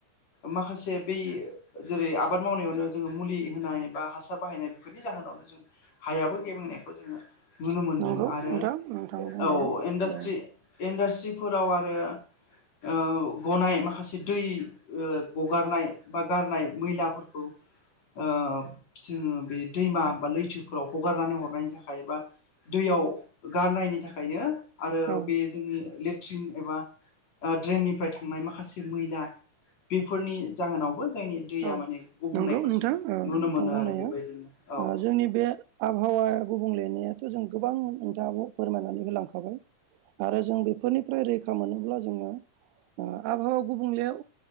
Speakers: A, on the left; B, on the right.
A: माखासे बे जेरै आबाद मावनायावनो जोङो मुलि होनाय बा हासार बाहायनाय बेनि जाहोनावनो जों हायाबो गेबेंनायखौ जोङो नुनो
B: औ
A: मोनदों
B: नंगौ नोंथां औ नंगौ
A: आरो
B: नोंथां नोंथां बुंनाया
A: औ इन्डास्ट्रि
B: औ
A: इन्डास्ट्रिफोराव आरो औ गनाय माखासे दै ओ गगारनाय बा गारनाय मैलाफोरखौ ओ जोङो बे दैमा बा लैथोफोराव हगारनानै हरनायनि थाखाय बा दैयाव गारनायनि थाखायनो आरो
B: औ
A: बे जोंनि लेट्रिन एबा ओ ड्रेननिफ्राय थांनाय माखासे मैला बेफोरनि जाहोनावबो जायनि दैया
B: औ
A: माने गुबुंनायखौ
B: नंगौ नोंथां
A: जोङो
B: ओ
A: नुनो
B: नोंथां
A: मोनो
B: बुंनाया
A: आरो बेबायदिनो औ
B: ओ जोंनि बे आबहावाया गुबुंलेनियाथ' जों गोबां नोंथाङा फोरमायनानै होलांखाबाय आरो जों बेफोरनिफ्राय रैखा मोनोब्ला जोङो ओ आबहावा गुबुंलेया